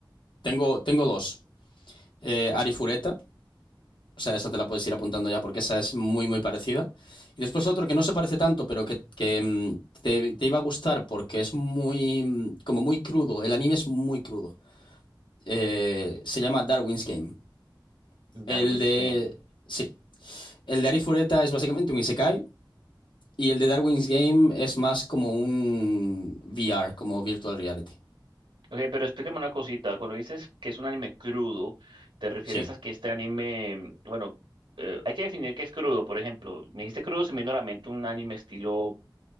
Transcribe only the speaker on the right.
Darwin's
Game.
Ok, pero explícame una cosita, cuando dices que es un anime crudo, ¿te refieres
a que este anime, bueno, eh, hay que definir qué es crudo, por ejemplo, me dijiste crudo, se me vino a la mente un anime estilo